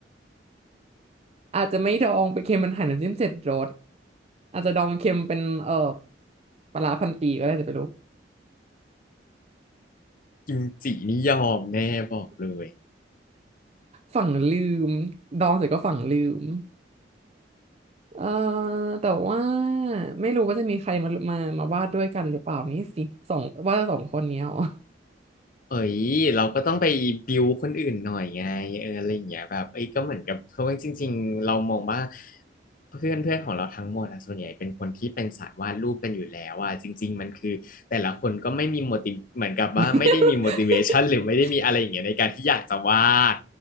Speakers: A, on the right (about 35°); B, on the left (about 50°).
A: อาจจะไม่ดองไปเค็มมันหั่นน้ำจิ้มเจ็ดรสอาจจะดองเค็มเป็นเออปลาร้าพันปีก็ได้แต่ไม่รู้
B: กิมจินี่ยอมแน่บอกเลย
A: ฝั่งลืมดองเสร็จก็ฝั่งลืมเออแต่ว่าไม่รู้ว่าจะมีใครมามามาวาดด้วยกันหรือเปล่านี่สิสองวาดสองคนเนี้ยอ๋อ
B: เอ้ยเราก็ต้องไปบิวคนอื่นหน่อยไงเอออะไรอย่างเงี้ยแบบเอ้ยก็เหมือนกับเพราะว่าจริงๆเรามองว่าเพื่อนเพื่อนของเราทั้งหมดอะส่วนใหญ่เป็นคนที่เป็นสายวาดรูปกันอยู่แล้วอะจริงๆมันคือแต่ละคนก็ไม่มี motiv เหมือนกับว่าไม่ได้มี
A: <laughs>
B: motivation หรือไม่ได้มีอะไรอย่างเงี้ยในการที่อยากจะวาด